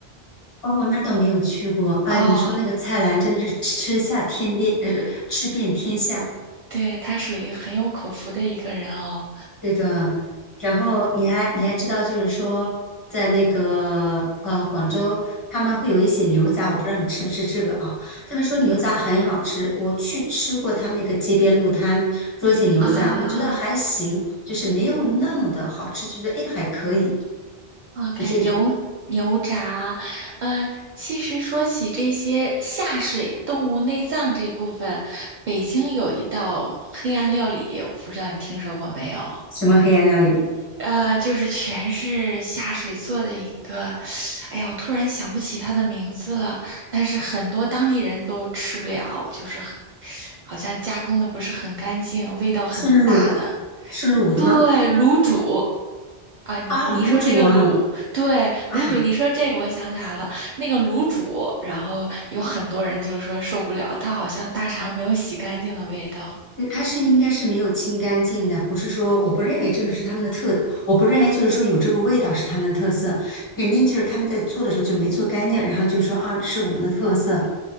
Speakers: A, on the left; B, on the right.
A: 哦，那倒没有去过啊。
B: 哦，
A: 你说那个菜篮真的是吃下天边，呃，吃遍天下。
B: 对，他属于很有口福的一个人哦。
A: 对的，然后你还你还知道，就是说，在那个呃广州，他们会有一些牛杂，我不知道你吃不吃这个啊？他们说牛杂很好吃，我去吃过他们一个街边路摊做一些牛杂，
B: 啊
A: 我觉得还行，就是没有那么的好吃，就觉得哎还可以，
B: ，OK，
A: 是这种
B: 牛牛杂，嗯，其实说起这些下水动物内脏这部分，北京有一道黑暗料理，我不知道你听说过没有？
A: 什么黑暗料理？
B: 呃，就是全是下水做的一个，哎呀，我突然想不起它的名字了。但是很多当地人都吃不了，就是很好像加工的不是很干净，味道很大的。
A: 是卤是卤的吗？
B: 对，卤煮啊，你你说这个卤，
A: 啊，卤煮啊
B: 对，
A: 啊，
B: 卤煮，你说这个，我想起来了，那个卤煮，然后有很多人就说受不了，它好像大肠没有洗干净的味道。
A: 嗯它是应该是没有清干净的，不是说我不认为这个是他们的特，我不认为就是说有这个味道是他们的特色，肯定就是他们在做的时候就没做干净，然后就说啊，这是我们的特色，